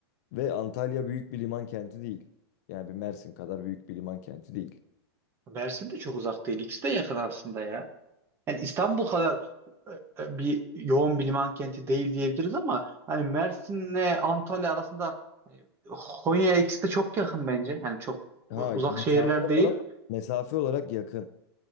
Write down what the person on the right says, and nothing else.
Mersin de çok uzak değil. İkisi de yakın aslında ya. Yani İstanbul kadar e, e, bir yoğun bir liman kenti değil diyebiliriz ama hani Mersin'le Antalya arasında hani Konya ikisi de çok yakın bence. Yani çok
e, uzak
şehirler değil.